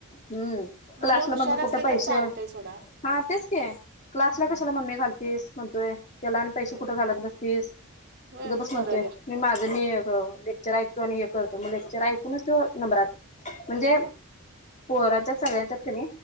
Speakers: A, on the left; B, on the right.
A: हम्मं क्लासलां
B: मुलं हुशार
A: मंग कुठे
B: असले
A: पैसे
B: तर चालतय सोडा
A: हां तेचं के क्लासलां
B: हम्म
A: कशालां मम्मी घालतीसं म्हणतोयं त्यांला आणि पैसे
B: हम्म
A: कुठं घालतं बसतीसं
B: होय
A: गंप
B: मग
A: बसं
B: बरं
A: म्हणतोय
B: घ्या
A: मी माझं मी लेक्च र ऐकतो आणि हे करतों मंग लेक्चर ऐको कुणाचं ठाउक नंबरात म्हणजे पोरांच्या सगळ्यांच्याच की